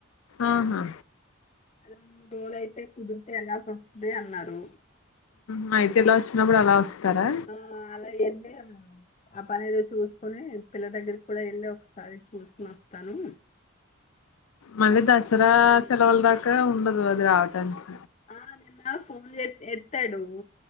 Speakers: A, on the left; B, on the left.
A: ఆహా
B: రెండు మూడు రోజులు అయితే కుదిరితే ఎలాసి వస్తయి అన్నారు
A: మ్ అయితే ఇలా వచ్చినప్పుడు అలా వస్తారా
B: ఆ అలా అయితే ఆ పనేదో చూసుకొని పిల్ల దగ్గరకి కూడా వెళ్ళి ఒకసారి చూసుకోని వస్తాను
A: మళ్ళీ దసరా సెలవులు దాకా ఉండదు అది రావటానికి
B: ఆ నిన్న ఫోన్ చే ఎత్తాడు